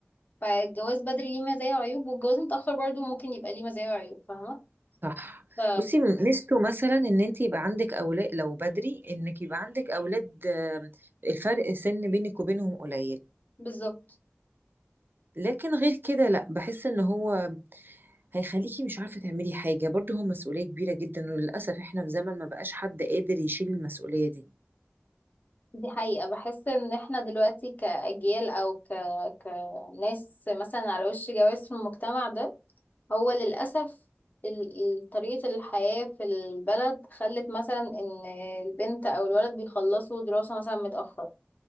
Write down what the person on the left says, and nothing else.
فالجواز بدري ليه مزايا وعيوب والجواز متاخر برضو ممكن يبقى ليه مزايا وعيوب فاهمه
ف
بالظبط
دي حقيقه بحس ان احنا دلوقتي كاجيال او ك... كناس مثلا على وش جواز في المجتمع ده هو للأسف ال- ال- طريقة الحياة في البلد خلت مثلا إن البنت أو الولد بيخلصوا دراسة مثلا متأخر